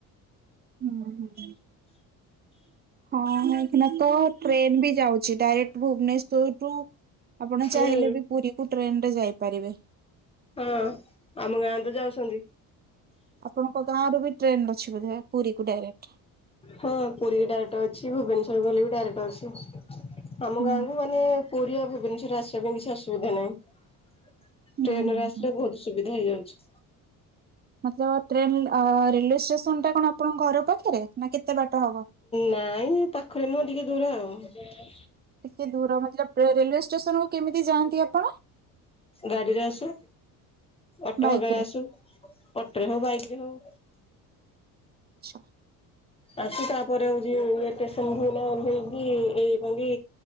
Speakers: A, on the right; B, on the left.
A: ଉଁ ହୁଁ। ହଁ ହେଇକିନା ତ ଟ୍ରେନ୍ ବି ଯାଉଛି। ଡାଇରେକ୍ଟ ଭୁବନେଶ୍ଵରରୁ ଆପଣ
B: ହୁଁ
A: ଚାହିଁଲେ ବି ପୁରୀକୁ ଟ୍ରେନରେ ଯାଇପାରିବେ।
B: ହଁ ଆମ ଗାଁ ତ ଯାଉଛନ୍ତି।
A: ଆପଣଙ୍କ ଗାଁରୁ ବି ଟ୍ରେନ୍ ଅଛି ବୋଧେ ପୁରୀକୁ ଡାଇରେକ୍ଟ।
B: ହୁଁ ପୁରୀକୁ ଡାଇରେକ୍ଟ ଅଛି। ଭୁବନେଶ୍ଵର ଗଲେ ବି ଡାଇରେକ୍ଟ ଅଛି। ଆମ
A: ହୁଁ
B: ଗାଁକୁ ମାନେ ପୁରୀ ଆଉ ଭୁବନେଶ୍ବର ଆସିବା ପାଇଁ କିଛି ଅସୁବିଧା ନାହିଁ।
A: ହୁଁ
B: ଟ୍ରେନରେ
A: ହୁଁ
B: ଆସିଲେ
A: ହୁଁ।
B: ବହୁତ ସୁବିଧା ହେଇଯାଉଛି।
A: ମାତ୍ର ଟ୍ରେନ୍ ଆ ରେଲୱେ ଷ୍ଟେସନ ଟା କଣ ଆପଣଙ୍କ ଘର ପାଖେରେ ନା କେତେ ବାଟ ହବ?
B: ନାଇଁ ପାଖରେ ନୁହଁ ଟିକେ ଦୂର ଆଉ।
A: ଟିକେ ଦୂର ମତଲଭ୍ ରେଲୱେ ଷ୍ଟେସନକୁୁ କେମିତି ଯାଆନ୍ତି ଆପଣ?
B: ଗାଡିରେ ଆସୁ। ଅଟୋ
A: ବାଇକରେ
B: ହଗାରେ ଆସୁ। ଅଟୋରେ ହଉ ବାଇକ୍ ରେ ହଉ।
A: ଛା।
B: ଆସୁ ତାପରେ ହଉଛି ଏ ଟେସନରୁ ନା ଓହ୍ଲେଇକି ଏଇ କଣ ତି